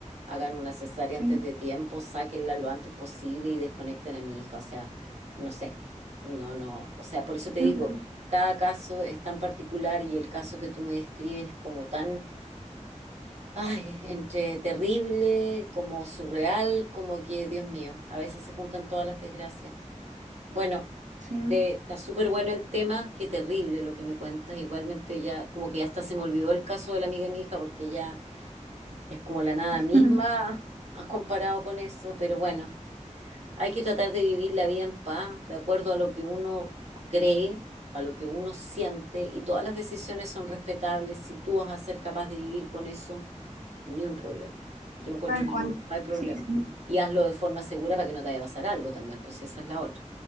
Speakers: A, on the right (about 60°); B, on the right (about 75°).
A: Hagan una cesárea
B: Sí,
A: antes de tiempo, sáquenla lo antes posible y desconecten a mi hija. O sea, no sé. No, no. O sea, por eso te digo,
B: ujú,
A: cada caso es tan particular y el caso que tú me describes como tan, ay, entre terrible, como surreal, como que, Dios mío, a veces se juntan todas las desgracias. Bueno,
B: sí, ujú,
A: te, está súper bueno el tema, qué terrible lo que me cuentas. Igualmente ya, como que hasta se me olvidó el caso de la amiga de mi hija, porque ya es como la nada
B: <laughs>
A: misma, <laughs> has comparado con eso, pero bueno, hay que tratar de vivir la vida en paz, de acuerdo a lo que uno cree, a lo que uno siente, y todas las decisiones son respetables. Si tú vas a ser capaz de vivir con eso, ni un problema. Yo encuentro
B: tal
A: que
B: cual.
A: no, no hay problema.
B: Sí, sí,
A: Y hazlo de forma segura para que no te vaya a pasar algo también, pues esa es la otra.